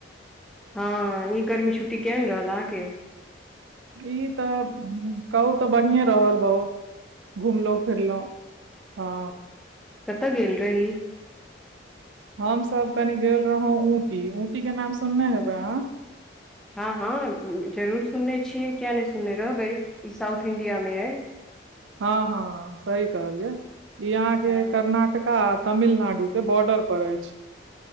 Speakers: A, in the centre; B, on the right (about 75°).
A: हँ ई गर्मी छुट्टी केहन रहल अहाँकेँ
B: ई तऽ कहू तऽ बढ़िए रहल बहुत। घुमलो फिरलो हँ,
A: कतय गेल रही
B: हम सब कनी गेल रहौ ऊंटी ऊंटी के नाम सुनने हेबे अहाँ
A: हँ हँ जरूर सुनने छियै किया नहि सुनने रहबै ई साउथ इंडिया मे य
B: हँ हँ सही कहलिये यहाँके
A: हँ
B: कर्नाटक टका तमिलनाडु त बॉर्डर पर अछि।